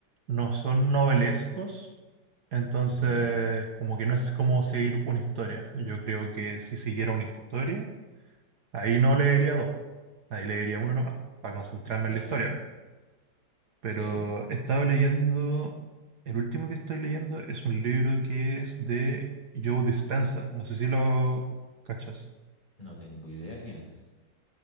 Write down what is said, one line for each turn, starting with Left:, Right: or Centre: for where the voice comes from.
Right: no son novelescos, entonces
Left: Ya,
Right: como que no es como seguir una historia. Yo creo que si siguiera una historia Ahí no leería dos, ahí leería uno nomás, para concentrarme
Left: claro,
Right: en la historia. Pero
Left: sí.
Right: he estado leyendo, el último que estoy leyendo es un libro que es de Joe Dispenza, no sé si lo cachas.
Left: No tengo idea quién es.